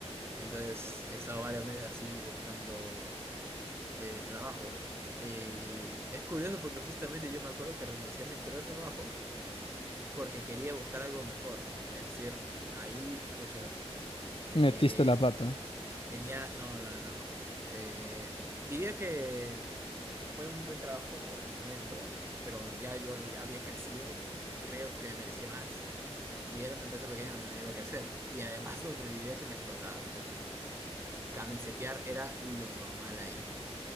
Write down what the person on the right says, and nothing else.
Entonces he estado varios meses así buscando eh, trabajo. Y es curioso porque justamente yo me acuerdo que renuncié a mi anterior trabajo porque quería buscar algo mejor. Es decir, ahí, pucha, eh,
tenía... No, no, no. no. Eh, diría que fue un buen trabajo en su momento, pero ya yo había había crecido, creo que me merecía más. Y era una empresa pequeña donde no iba a crecer. Y además donde diría que me explotaban porque pues... Camisetear era lo normal ahí.